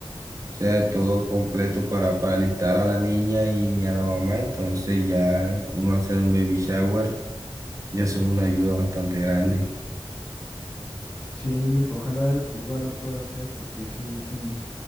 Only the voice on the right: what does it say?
o sea, todo completo para, para alistar a la niña y ni a la mamá, entonces ya uno hacer un baby shower, ya eso es una ayuda bastante grande.